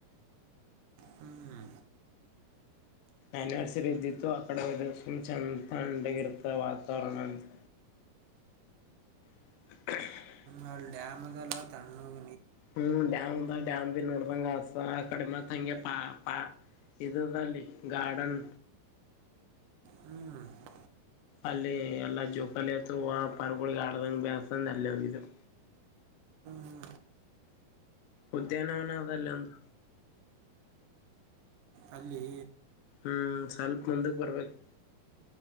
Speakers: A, on the right; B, on the left.
A: ಹ್ಞೂ
B: ಅನಿವರ್ಸರಿ ಇದ್ದಿತ್ತು ಆ ಕಡೆ ಸುಮ್ ಚೆಂದ ತಂಡಗ ಇರ್ತ ವಾತಾವರಣ ಅಂತ ಹ
A: ನ ಡ್ಯಾಮಲ್ಲ ತಣ್ಣೋಗ
B: ಹ್ಮ್ ಡ್ಯಾಮ್ ಬ ಡ್ಯಾಮ್ ಭ ನೋಡ್ದಂಗ ಆಸ ಆ ಕಡೆ ಮತ್ ಹಂಗೆ ಪಾ ಇದಲ್ಲಿ ಗಾರ್ಡನ್
A: ಹ್ಞೂ ಹ್ಞೂ
B: ಅಲ್ಲಿ ಎಲ್ಲ ಜುಕಾಲ ಅತ ಪರ್ಗಳಿಗೆ ಆಡ್ದಂಗ ಬ್ಯಾಸಂದ ಅಲ್ಲಿ ಹೋಗು
A: ಹ್ಞೂ
B: ಉದ್ಯಾನನ ಅದಲ್ಲಂದು
A: ಅಲ್ಲಿಿ
B: ಹ್ಮ ಸ್ವಲ್ಪ ಮುಂದಕ್ಕೆ ಬರ್ಬೇಕು